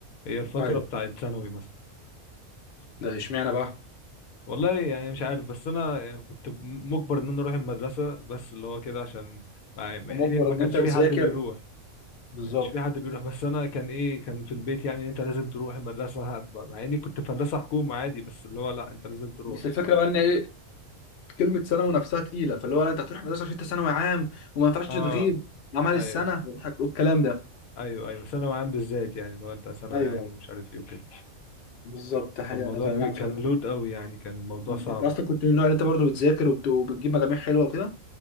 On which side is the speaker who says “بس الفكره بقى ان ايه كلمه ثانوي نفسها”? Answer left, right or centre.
Left